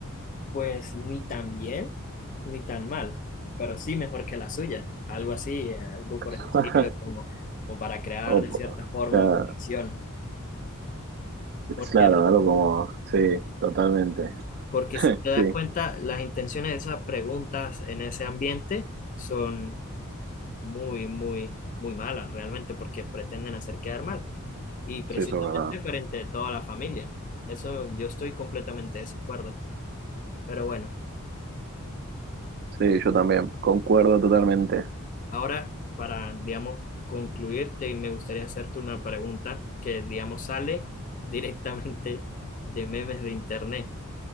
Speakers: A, on the left; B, on the right.
A: pues ni tan bien ni tan mal, pero sí mejor que la suya, algo así, eh, algo
B: <laughs>
A: por el estilo, como, como para crear
B: O,
A: de cierta forma
B: claro,
A: fricción. Porque
B: claro, algo como, sí, totalmente.
A: Porque
B: <laughs>
A: si te das
B: Sí,
A: cuenta, las intenciones de esas preguntas en ese ambiente son muy, muy, muy malas realmente porque pretenden hacer quedar mal. Y precisamente
B: sí, eso es verdad.
A: frente a toda la familia. Eso yo estoy completamente de desacuerdo. Pero bueno,
B: Sí, yo también concuerdo totalmente.
A: ahora para, digamos, concluirte, me gustaría hacerte una pregunta que, digamos, sale <laughs> directamente de memes de internet.